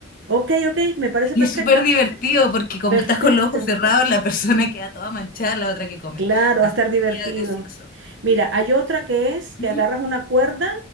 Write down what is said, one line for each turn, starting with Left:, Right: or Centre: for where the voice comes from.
Right: ok, ok. Me parece
Left: Y
Right: perfecto.
Left: es súper divertido porque como
Right: Perfecto.
Left: estás con los ojos cerrados, la persona queda toda manchada, la otra que come.
Right: Claro,
Left: Así
Right: va a estar divertido.
Left: que sería gracioso.
Right: Mira, hay otra que es que
Left: Ujú.
Right: agarras una cuerda,